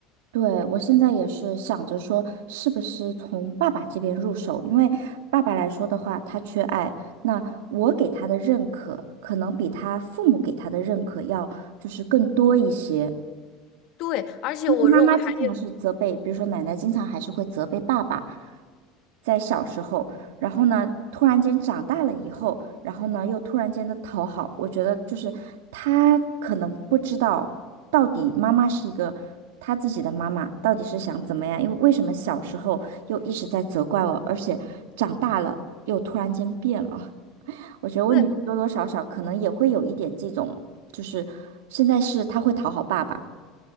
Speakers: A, on the right; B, on the left.
A: 对，我现在也是想着说，是不是从爸爸这边入手？因为爸爸来说的话，他缺爱，那我给他的认可，可能比他父母给他的认可要就是更多一些。
B: 对，而且我认为还有，
A: 因为妈妈经常是责备，比如说奶奶经常还是会责备爸爸，在小时候，然后呢，突然间长大了以后，然后呢，又突然间的讨好，我觉得就是他可能不知道到底妈妈是一个他自己的妈妈到底是想怎么样，因为为什么小时候又一直在责怪我，而且长大了又突然间变了。我觉得我女儿多多少少可能也会有一点这种，
B: 对，
A: 就是现在是她会讨好爸爸，